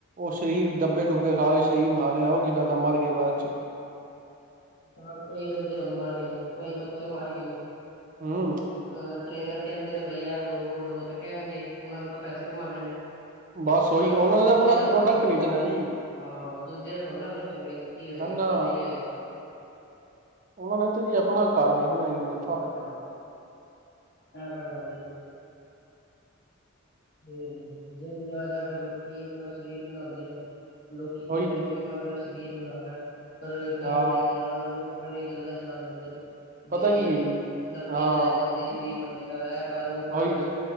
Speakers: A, on the right; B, on the left.
A: ਓ ਸ਼ਰੀਰ ਡੱਬੇ ਡੁੱਬੇ ਖਾ ਕੇ ਸ਼ਰੀਰ ਮਾਰ ਲਿਆ ਓ ਕੀ ਫਾਇਦਾ ਮਰ ਗਏ ਬਾਦ 'ਚੋਂ
B: ਹਾਂ ਕਈ ਬੰਦੇ ਹੁਨ ਮਰ ਗਏ ਨੇ, ਕਈ ਬੱਚੇ ਮਰ ਗਏ ਨੇ,
A: ਹੂੰ,
B: ਅ ਟ੍ਰੇਨਰ ਕੈਂਦੇ ਨੇ ਬਈ ਐ ਲੋ, ਓ ਲੋ। ਓ ਤਾਂ ਕੈਨਗੇ। ਓਨਾਂ ਨੂੰ ਤਾਂ ਪੈਸੇ ਕਮਾਣੇ ਨੇ।
A: ਬਸ ਓਈ
B: ਪਰ
A: ਓ ਓਨਾਂ ਨੇ
B: ਦੂਜੇ
A: ਤਾਂ ਆਪਣਾ
B: ਦਾ
A: ਪ੍ਰੋਡਕਟ
B: ਥੋੜਾ ਨਾ
A: ਵੇਚਨੈ ਜੀ।
B: ਹਾਂ ਦੂਜੇ ਐ ਥੋੜਾ ਨਾ ਸੋਚਨਗੇ ਏਨੂੰ ਕੀ ਹੋਏਗਾ,
A: ਨਾ ਨਾ
B: ਕੀ ਨਈ ਹੋਏਗਾ।
A: ਓਨਾ ਨੇ ਤੇ ਜੀ ਆਪਣਾ ਘਰ ਵੇਖਨੈ <unintelligible>
B: ਹਾਂ, ਐ ਤਾਂ ਗੱਲ ਏ। ਤੇ ਜਿਮ ਜਾ-ਜਾ ਕੇ ਲੋਕੀ ਆਪਣਾ ਸ਼ਰੀਰ ਬਨਾਂਨਦੇ ਨੇ। ਲੋਕੀ
A: ਉਹੀ
B: ਕੈ ਰੇ
A: ਤੇ
B: ਨੇ ਬਈ ਮੈਂ ਆਪਣਾ ਸ਼ਰੀਰ ਬਨਾਨੈ ਪਰ ਕਈ
A: ਹਾਂ
B: ਟ੍ਰੇਨਰ ਓਨਾਂ ਨੂੰ ਆਪਨੀ ਗੱਲਾਂ 'ਚ ਲਾ ਲੈਂਦੇ ਨੇ
A: ਪਤਾ
B: ਬਈ
A: ਕੀ ਹੈ
B: ਡੱਬ
A: ਜੀ
B: ਡੱਬੇ
A: ਹਾਂ
B: ਲੈ ਜਲ ਦੀ ਸ਼ਰੀਰ ਬੰਨੇਗਾ। ਐ ਕਰ, ਓ ਕਰ।
A: ਉਹੀ ਤੇ।